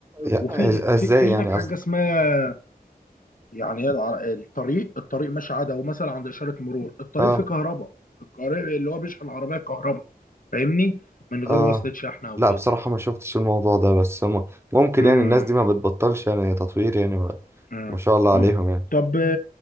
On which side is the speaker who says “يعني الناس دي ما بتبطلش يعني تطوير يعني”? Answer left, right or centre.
Right